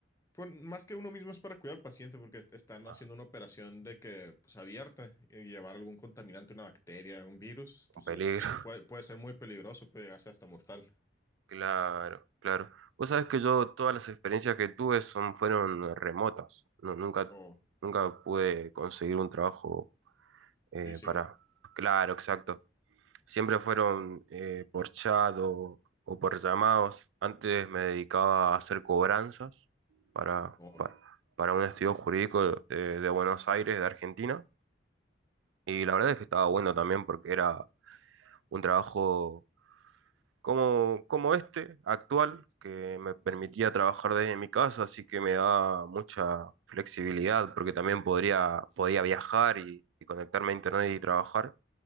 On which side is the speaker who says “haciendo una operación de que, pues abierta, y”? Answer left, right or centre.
Left